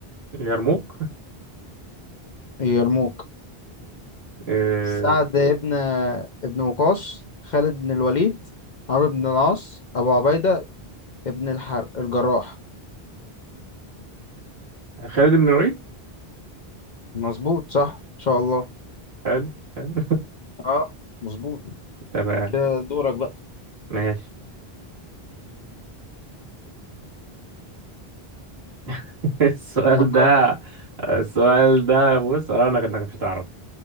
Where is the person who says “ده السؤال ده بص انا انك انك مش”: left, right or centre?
Right